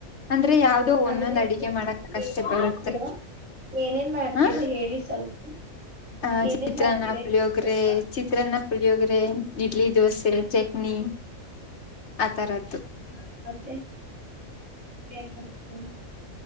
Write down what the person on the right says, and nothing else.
ಅಂದ್ರೆ
ಏನೇನ್
ಮಾಡ್ತೀರಾ ಏನೇನ್ ಮಾಡ್ತೀರಾ
ಹೇಳಿ ಸ್ವಲ್ಪ
ಏನೇನ್
ಮಾಡ್ತೀರಾ
ಹೇಳಿ ಸ್ವಲ್ಪ
ಹ ಮತ್ತೆ <unintelligible>